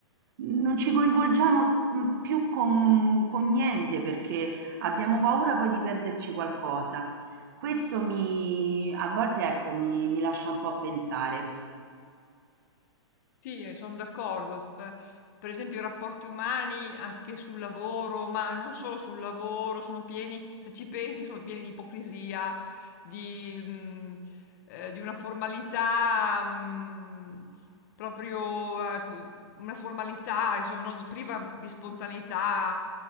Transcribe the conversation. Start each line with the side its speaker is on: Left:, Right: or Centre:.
Right: non ci coinvolgiamo, mhmm, più con con niente perché abbiamo paura poi di perderci qualcosa. Questo mi a volte ecco, mi mi lascia un po' pensare.
Left: Sì, sono d'accordo. Beh, Per esempio i rapporti umani anche sul lavoro, ma non solo sul lavoro, sono pieni, se ci pensi, sono pieni di ipocrisia, di, mm, eh, di una formalità, mm, proprio, eh, una formalità, insomma, non- priva di spontaneità.